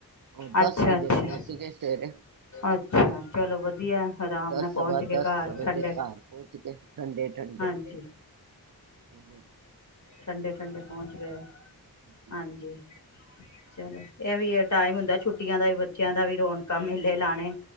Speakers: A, on the right; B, on the left.
A: ਉਹ
B: ਅੱਛਾ
A: ਦਸ ਵਜੇ
B: ਅੱਛਾ
A: ਪਹੁੰਚ ਗਏ ਸਵੇਰੇ
B: ਅੱਛਾ ਚਲੋ ਵਧੀਆ ਆਰਾਮ
A: ਦਸ
B: ਨਾਲ ਪਹੁੰਚ
A: ਸਵਾ
B: ਕੇ
A: ਦਸ
B: ਘਰ ਠੰਡੇ
A: ਘਰ ਪਹੁਤ ਕੇ ਠੰਡੇ ਠੰਡੇ
B: ਹਾਂਜੀ।
A: ਹੋਰ
B: ਠੰਡੇ ਠੰਡੇ ਪਹੁੰਚ ਗਏ
A: ਜੀ
B: ਹਾਂਜੀ ਚਲੋ ਇਹ ਵੀ ਟਾਈਮ ਹੁੰਦਾਛੁੱ ਦਾ ਵੀ ਬੱਚਿਆਂ ਦਾ ਵੀ ਰੌਣਕਾਂ ਮੇਲੇ ਲਾਣੇ